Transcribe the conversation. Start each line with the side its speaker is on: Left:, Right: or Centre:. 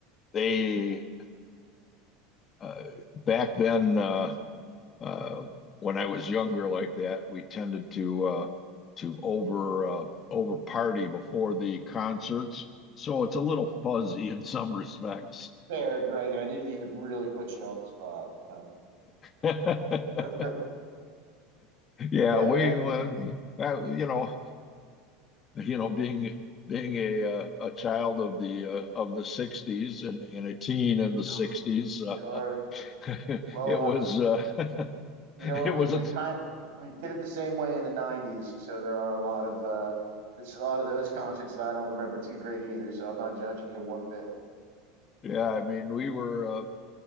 Left: they uh, back then uh, uh, when I was younger like that, we tended to uh, to over uh, over party before the concerts, so it's a little fuzzy in some respects.
Right: Fair, Greg, and I didn't mean to really put you on the spot. Uh,
Left: <laughs>
Right: that's fair.
Left: Yeah,
Right: yeah,
Left: we,
Right: man.
Left: well, uh, you know, you know, being being a uh, a child of the uh, of the 60s and, and a teen in the
Right: Sure.
Left: 60s uh,
Right: sure.
Left: <laughs>
Right: Well,
Left: it
Right: uh,
Left: was uh, <laughs>
Right: you know what?
Left: it
Right: We
Left: was
Right: we
Left: a
Right: kind we did it the same way in the '90s, so there are a lot of uh, there's a lot of those concerts that I don't remember too great either. So I'm not judging you one bit.
Left: yeah I mean we were uh,